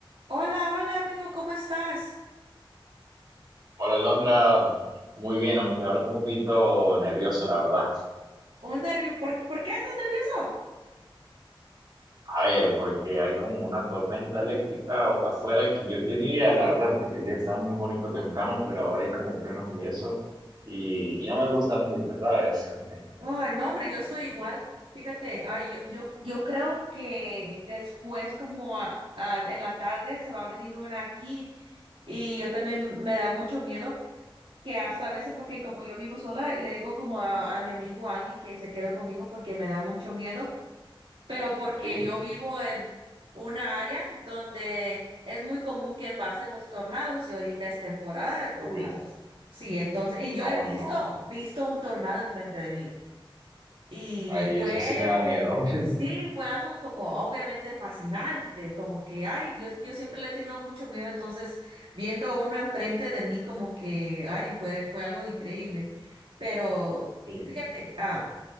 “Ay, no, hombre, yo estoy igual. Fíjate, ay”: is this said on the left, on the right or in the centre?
Right